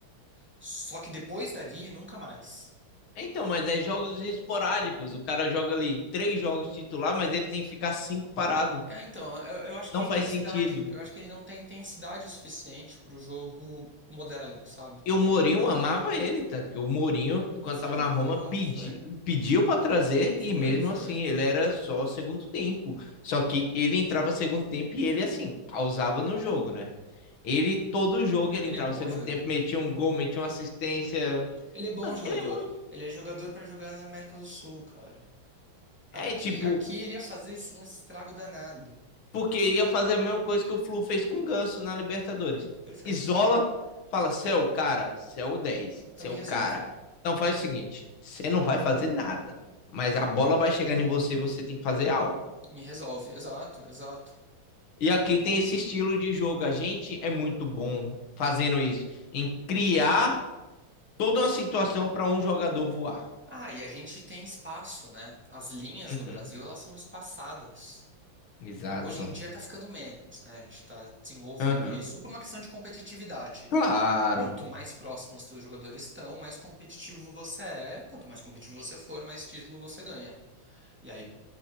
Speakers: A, in the centre; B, on the left.
A: Só que depois dali, nunca mais.
B: Então, mas é jogos esporádicos, o cara joga ali três jogos titular, mas ele tem que ficar cinco parado.
A: É, então, eu, eu acho que
B: Não
A: é intensidade.
B: faz sentido.
A: Eu acho que ele não tem intensidade suficiente para o jogo moderno, sabe?
B: E o Mourinho amava ele, tanto que o Mourinho, quando
A: Foi
B: estava
A: o
B: na
A: único
B: Roma,
A: que levou,
B: pedi,
A: foi.
B: pediu para trazer
A: Foi,
B: e mesmo
A: foi.
B: assim ele era só segundo tempo. Só que ele entrava segundo tempo e ele, assim, causava no jogo, né? Ele, todo jogo, ele
A: Ele
B: entrava
A: é bom
B: segundo
A: jogador.
B: tempo, metia um gol, metia uma assistência.
A: Ele é bom
B: Mano,
A: jogador.
B: ele é muito.
A: Ele é jogador pra jogar na América do Sul, cara. Aqui,
B: É tipo,
A: aqui ele ia fazer es- um estrago danado.
B: Porque ia fazer a mesma coisa que o Flu fez com o Ganso na Libertadores.
A: Perfeito.
B: Isola, fala, você é o cara, você é o 10,
A: Então
B: você
A: me
B: é o
A: resolve.
B: cara. Então faz o seguinte, você não vai fazer nada, mas a bola vai chegar em você, e você tem que fazer algo.
A: Me resolve. Exato, exato.
B: E aqui tem esse estilo de jogo, a gente é muito bom fazendo isso, em criar toda uma situação para um jogador voar.
A: Ah, e a gente tem espaço, né? As linhas
B: Uhum,
A: no Brasil, elas são espaçadas.
B: exato.
A: Hoje em dia tá ficando menos, né? A gente tá desenvolvendo
B: Uhum,
A: isso por uma questão de competitividade.
B: claro.
A: Quanto mais próximos os teus jogadores estão, mais competitivo você é. Quanto mais competitivo você for, mais título você ganha. E aí